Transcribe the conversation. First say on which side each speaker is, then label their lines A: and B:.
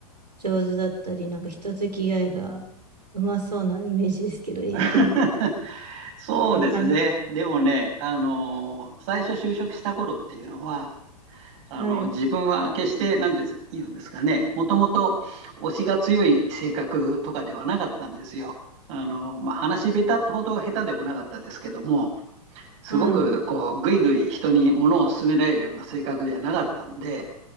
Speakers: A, on the right; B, on the right.
A: 上手だったり、なんか人付き合いがうまそうなイメージですけど、営業、
B: <laughs> そうですね。
A: そんな感じ。
B: でもね、あのー最初就職した頃っていうのは、あの自分は決して何て言うんですかねもともと推しが強い性格とかではなかったんですよ。
A: はい。
B: あのまあ、話下手ほど下手でもなかったですけどもすごくこうぐいぐい人に物を勧められるような性格ではなかったんで
A: はい。